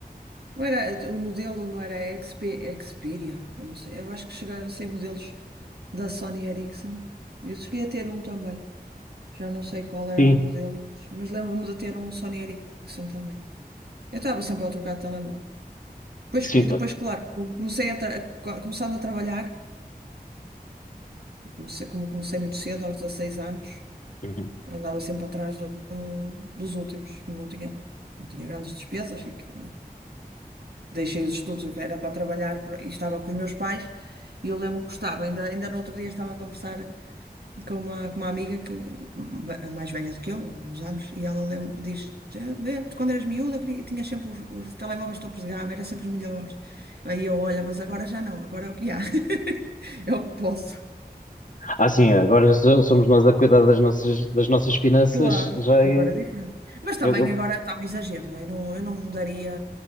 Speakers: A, on the right; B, on the left.
A: Não era, o modelo não era XP, Xperia, ou não sei, eu acho que chegaram a ser modelos. da Sony Ericsson. Eu cheguei a ter um também. Já não sei qual era
B: Sim,
A: o modelo, mas lembro-me de ter um Sony Ericsson também. Eu estava sempre a trocar de telemóvel. Depois,
B: sim.
A: e depois, claro, comecei a tra- co- começando a trabalhar, comecei, como comecei muito cedo, aos 16 anos,
B: Uhum.
A: andava sempre atrás do- dos últimos, como não tinha, não tinha grandes despesas, e que- deixei os estudos, era para trabalhar pra- e estava com os meus pais, e eu lembro que gostava, ainda, ainda no outro dia estava a conversar. com uma, com uma amiga que ba- mais velha do que eu, uns anos, e ela lem- diz, "Eh, Lê, tu quando eras miúda queria- tinhas sempre os, os telemóveis topos de gama, eram sempre os melhores. Aí eu, olha, mas agora já não, agora é o que há. <laughs> É o que posso.
B: Ah, sim, agora so- somos nós a cuidar das nossas, das nossas finanças.
A: Claro,
B: Já é,
A: agora é diferente. Mas também
B: eu, eu,
A: agora está um exagero, não é? Não, eu não daria